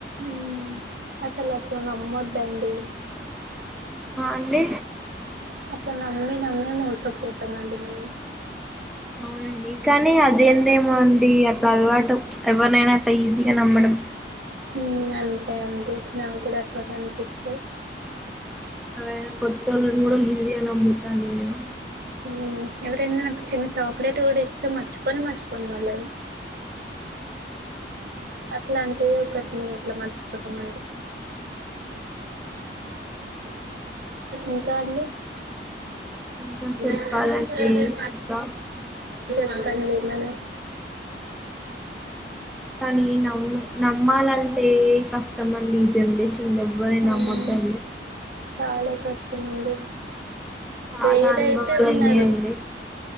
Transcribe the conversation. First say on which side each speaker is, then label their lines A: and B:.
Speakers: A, on the right; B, in the centre.
A: హ్మ్ అసలుకు నమ్మోద్దండి
B: అ అండి
A: అట్ల నమ్మి నమ్మి మోసపోతామండి మేము
B: అవునండి కానీ అదేందేమో అండి అట్లా అలవాటు ఎవరినైనా అట్లా ఈజీగా నమ్మడం
A: హ్మ్ అంతే నా క్కూడా అట్లాగే అనిపిస్త
B: అలాగే కొత్తోళ్ళను కూడా ఈజీ గా నమ్ముతాను నేను
A: హ్మ్ ఎవరైనా నాకు చిన్న చాక్లెట్ కూడా ఇస్తే మర్చిపోనే మర్చిపోను వాళ్ళని అట్లా అంటే ఒకటిని ఎట్లా మర్చిపోతమండి ఇంకా అండి
B: ఇంకా
A: <unintelligible>
B: చెప్పాలండి ఇంకా
A: వదల్లేరు
B: ఏముందండి
A: నన్ను
B: ఇంకా కానీ నమ్ నమ్మాలంటే కష్టమండి ఈ జనరేషన్లో ఎవ్వరని నమ్మొద్దండి
A: అవును చాలా కష్టమండి
B: చాలా
A: ఏదైతే
B: అనుభవాలు
A: ఉన్నారు
B: అయినాయండి